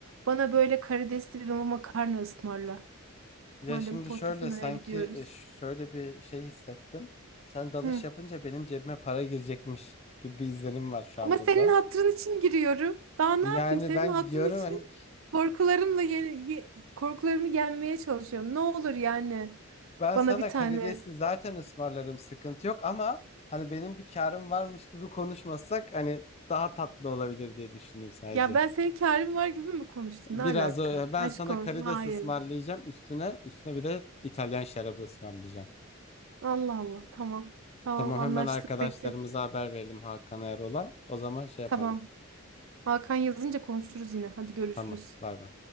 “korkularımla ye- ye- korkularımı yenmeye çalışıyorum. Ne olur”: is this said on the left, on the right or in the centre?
Right